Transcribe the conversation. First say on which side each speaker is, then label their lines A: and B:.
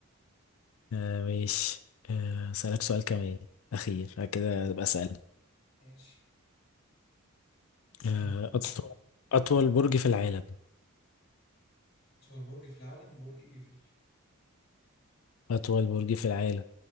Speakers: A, on the left; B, on the left.
A: أه ماشي أه، أسألك سؤال كمان أخير بعد كده أبقى أسأل
B: ماشي اسألني
A: أه، أطول أطول برج في العالم
B: أطول برج في العالم برج إيفل
A: أطول برج في العالم